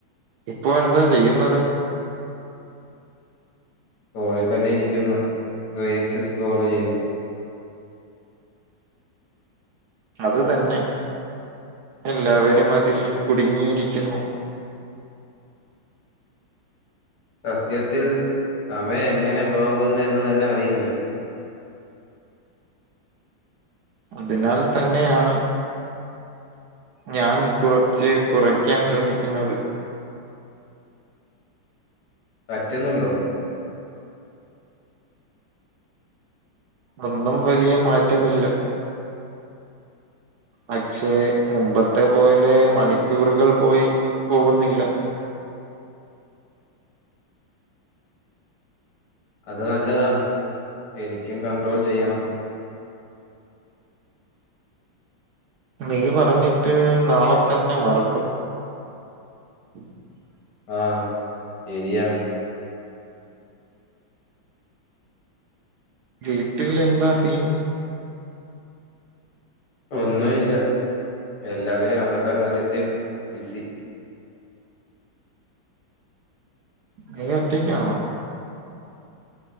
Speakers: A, on the right; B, on the left.
A: ഇപ്പോ എന്താ ചെയ്യുന്നത്
B: കോളജ് തന്നെ ഇരിക്കുന്നു. റീയിൽസ് സ്കോറെയ്യുന്നു
A: അത് തന്നെ എല്ലാവരും അതിൽ കുടുങ്ങിയിരിക്കുന്നു.
B: സത്യത്തിൽ സമയം എങ്ങനെ പോകുന്നുഎന്ന് തന്നെ അറിയില്ല.
A: അതിനാൽ തന്നെയാണ് ഞാൻ കുർച്ച് കുറയ്ക്കാൻ ശ്രമിക്കുന്നത്.
B: പറ്റുന്നുണ്ടോ?
A: ഒന്നും വലിയമാറ്റമില്ല. പക്ഷെ മുമ്പത്തെപോലെ മണിക്കൂറുകൾപോയി പോകുന്നില്ല.
B: അത് നല്ലതാണ് എനിക്കും കണ്ട്രോൾ ചെയ്യണം.
A: നീ പറഞ്ഞിട്ട് നാളെത്തന്നെ മറക്കും. <inaudible>
B: ആഹ് ശെരിയാണ്.
A: വീട്ടിലെന്താ സീൻ?
B: ഒന്നുഇല്ല എല്ലാവരും അവരുടെ കാര്യത്തിൽ ബിസി
A: ന്നീ ഒറ്റയ്ക്കാണോ?